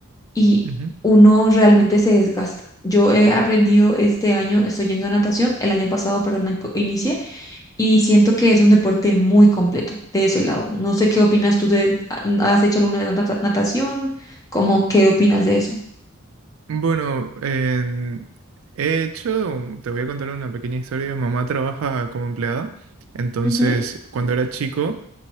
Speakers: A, on the left; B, on the right.
A: y
B: ujú, ujú.
A: uno realmente se desgasta. Yo he aprendido este año, estoy yendo a natación, el año pasado, perdón, in- inicié, y siento que es un deporte muy completo de ese lado. No sé qué opinas tú de, ¿has hecho alguna vez nata- natación? ¿Cómo qué opinas de eso?
B: Bueno, en- he hecho, te voy a contar una pequeña historia. Mamá trabaja como empleada, entonces
A: Ujú,
B: cuando era chico